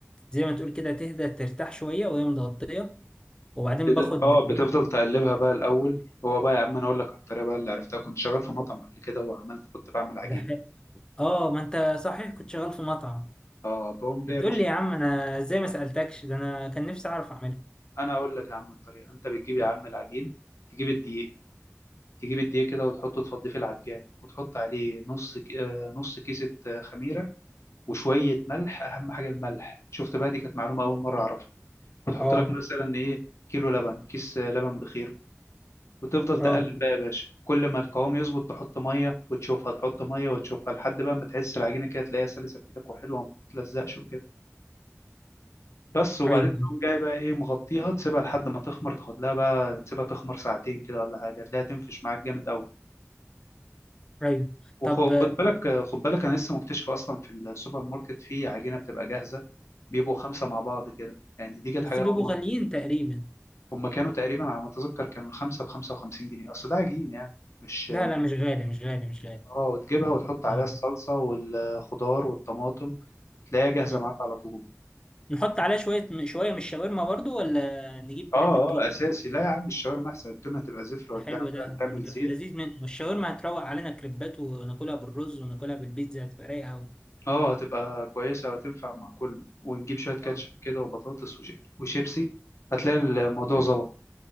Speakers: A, on the left (about 15°); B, on the left (about 65°).
A: زي ما تقول كده تهدى ترتاح شويه وهي متغطيه وبعدين
B: كده
A: باخد
B: اه بتفضل تقلبها بقى الاول هو بقى يا عم انا اقول لك على الطريقه بقى اللي عرفتها كنت شغال في مطعم قبل كده وعملت كنت بعمل عجين
A: بح- اه ما انت صحيح كنت شغال في مطعم
B: اه بقوم جاي
A: هتقول
B: يا باشا
A: لي يا عم انا ازاي ما سالتكش ده انا كان نفسي اعرف اعملها
B: انا اقول لك يا عم الطريقه انت بتجيب يا عم العجين تجيب الدقيق تجيب الدقيق كده وتحطه تفضيه في العجان وتحط عليه نص ك- آه، نص كيسه آه، خميره وشويه ملح اهم حاجه الملح شفت بقى دي كانت معلومه اول مره اعرفها وتحط
A: اه
B: لك مثلا ايه كيلو لبن كيس آه، لبن بخير وتفضل تقلب
A: اه
B: بقى يا باشا كل ما القوام يظبط تحط ميه وتشوفها تحط ميه وتشوفها لحد بقى ما تحس العجينه كده تلاقيها سلسه في ايدك وحلوه وما بتتلزقش وكده بس وبعدين
A: ايوه
B: تقوم جاي بقى ايه مغطيها تسيبها لحد ما تخمر تاخد لها بقى تسيبها تخمر ساعتين كده ولا حاجه تلاقيها تنفش معاك جامد قوي
A: ايوه
B: وخد
A: طب آه،
B: بالك خد بالك انا لسه مكتشف اصلا في السوبر ماركت في عجينه بتبقى جاهزه بيبقوا خمسه مع بعض كده يعني دي كانت
A: بس
B: حاجه
A: بيبقوا
B: اول مره
A: غاليين تقريبا
B: هم كانوا تقريبا على ما اتذكر كانوا الخمسه ب 55 جنيه اصل ده عجين يعني مش مش
A: لا لا مش غالي مش غالي مش غالي
B: اه وتجيبها وتحط عليها
A: آه،
B: الصلصه والخضار والطماطم تلاقيها جاهزه
A: آه.
B: معاك على طول
A: نحط عليها شوية شوية من الشاورما برضو ولا نجيب
B: اه
A: علبة توت
B: اه اساسي لا يا عم الشاورما احسن التونه تبقى زفره وتلاقيها
A: حلو ده
B: عمالة تعمل
A: بتبقى
B: زيت
A: في اللذيذ منه والشاورما هتروق علينا كريبات وناكلها بالرز وناكلها بالبيتزا هتبقى رايقة أوي
B: اه هتبقى كويسة وهتنفع مع كله ونجيب شوية كاتشب
A: اه
B: كده وبطاطس وشيب- وشيبسي هتلاقي الموضوع ظبط